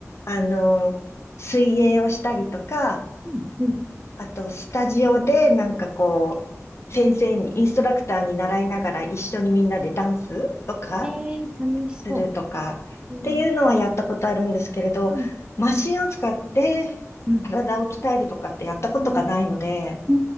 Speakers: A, on the left; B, on the right.
A: あの、水泳をしたりとか、
B: うんう
A: あと、スタジオで、なんかこう、先生に、
B: ん。
A: インストラクターに習いながら一緒にみんなでダンスとか
B: えー、楽しそ
A: するとかっていうのはやったことあるんですけれど、
B: う。えー、うん、
A: マシンを使って体を鍛えるとかってやったことがないので、
B: うん、うん、